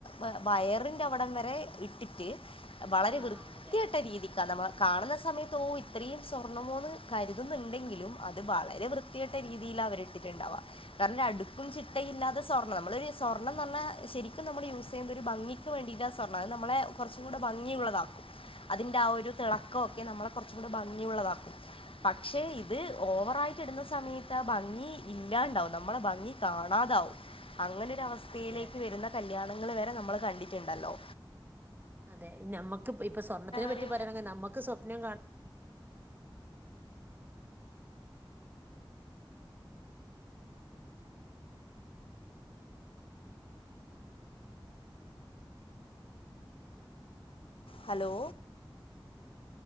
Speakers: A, on the left; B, on the right.
A: ഏഹ് വയറിന്റെ അവിടം വരെ ഇട്ടിറ്റ് വളരെ
B: ആ
A: വൃത്തികെട്ട്
B: അതെ
A: ട്ട രീതിക്കാ നമ്മ കാണുന്ന സമയത്ത് ഓഹ് ഇത്രയും സ്വർണ്ണമോന്ന് കരുതുന്നുണ്ടെങ്കിലും അത് വളരെ വൃത് ത്തികെട്ട രീതീലാ അവരിട്ടിറ്റ്ണ്ടാവാ കാരണം ഒര് അടുക്കും ചിട്ടയും ഇല്ലാതെ സ്വർണ്ണം നമ്മളൊര് സ്വർണന്ന് പറഞ്ഞാ ശരിക്കും നമ്മള് യൂസ് ചെയ്യുന്നത് ഒരു ഭംഗിക്ക് വേണ്ടിട്ടാ സ്വർണം അത് നമ്മളെ കൊറച്ചും കൂടെ ഭംഗിയുള്ളതാക്കും അതിന്റെ ആ ഒരു തിളക്കൊക്കെ
B: അതെ
A: നമ്മളെ കൊറച്ചും കൂടി ഭംഗിയുള്ളതാക്കും പക്ഷേ ഇത് ഓവറായിറ്റ് ഇടുന്ന സമയത്ത് ആ ഭംഗി ഇല്ലാണ്ടാവും നമ്മളെ ഭംഗി കാണാതാവും അങ്ങനൊരവസ് സ്ഥയിലേക്ക്
B: അതെ അതെ
A: വരുന്ന കല്യാണങ്ങള് വരെ നമ്മള് കണ്ടിറ്റ്ണ്ടല്ലോ
B: അതെ ഞമ്മക്ക് ഇപ് ഇപ്പ സ്വർണ്ണത്തിനെ പറ്റി
A: ഒരു
B: പറയാണെങ്കി നമ്മക്ക് സ്വപ്നം കാണാ
A: ഹലോ